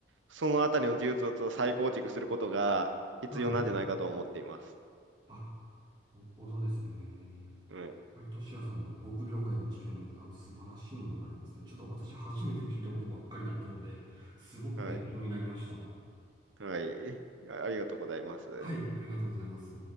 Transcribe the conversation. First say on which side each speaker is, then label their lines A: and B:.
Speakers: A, on the right (about 80°); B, on the right (about 25°).
A: そのあたりの技術を再構築することが必要なんじゃないかと思っています。
B: はい。あ、なるほどですね。
A: うん。
B: はい、トシヤさんの航空業界の知見、あの、素晴らしいものがありますね。ちょっと私初めて聞いたことばっかりだったので、すごく勉強になりました。
A: はい。はい。あありがとうございます。
B: はい、ありがとうございます。